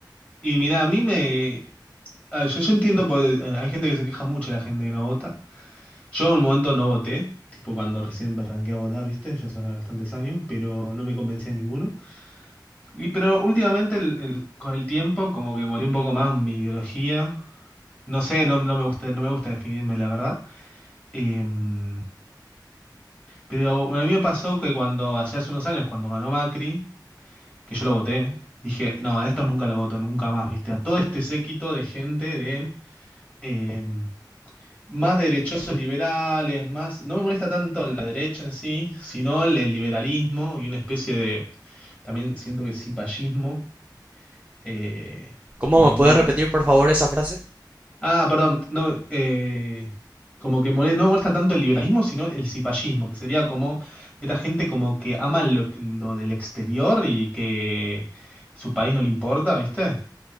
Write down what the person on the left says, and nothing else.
y mira, a mí me, Ah, yo, yo entiendo, por- eh, hay gente que se queja mucho de la gente que no vota. Yo en un momento no voté, tipo cuando recién me arranqué a votar, ¿viste? Ya hace bastantes años, pero no me convencía ninguno. Y pero últimamente el- el- con el tiempo como que molí un poco más mi ideología. No sé, no, no me gusta, no me gusta definirme, la verdad. Em, pero a mí me pasó que cuando, hace hace unos años, cuando ganó Macri, que yo lo voté, dije, no, a estos nunca lo voto, nunca más, ¿viste? A todo este séquito de gente de... em, más derechosos liberales, más... No me molesta tanto la derecha en sí, sino el, el liberalismo y una especie de... También siento que cipallismo, eh,
como
odio...
la-
Ah, perdón, no, eh, como que mole- no me molesta tanto el liberalismo, sino el cipallismo, que sería como esta gente como que ama lo, lo del exterior y que su país no le importa, ¿viste?